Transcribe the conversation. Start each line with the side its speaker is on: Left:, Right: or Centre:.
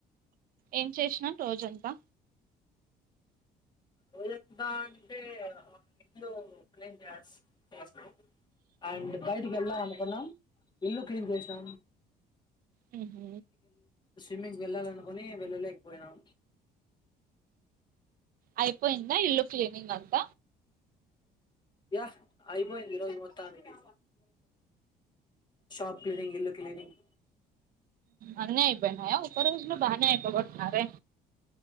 Right: ఏం చేసినవు రోజంతా
Left: రోజంతా అంటే ఆ ఇల్లు <unintelligible> అండ్ బయ <unintelligible> <unintelligible> ఇల్లు క్లీన్ చేసాం
Right: హు హు
Left: స్విమ్మింగ్ వెళ్ళాలనుకుని వెళ్ళలేకపోయినాం
Right: అయిపోయింద ఇల్లు క్లీనింగ్ అంత
Left: యా అయిపోయింది ఈ రోజు మొత్తానికి షాప్ క్లీనింగ్ ఇల్లు క్లీనింగ్
Right: అన్ని అయిపోయినాయా ఒక్క రోజులు బానే అయిపోగొట్నారే